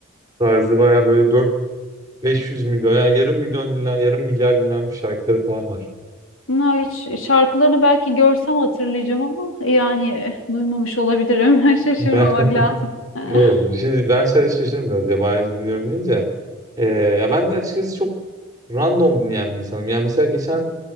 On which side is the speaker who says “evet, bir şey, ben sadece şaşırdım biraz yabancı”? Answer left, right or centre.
Right